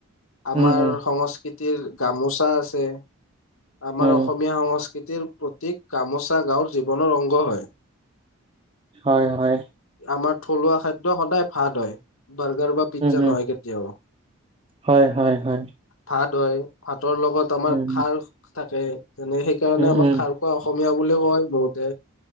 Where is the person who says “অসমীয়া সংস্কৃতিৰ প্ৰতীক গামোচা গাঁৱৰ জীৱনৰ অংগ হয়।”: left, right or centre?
Left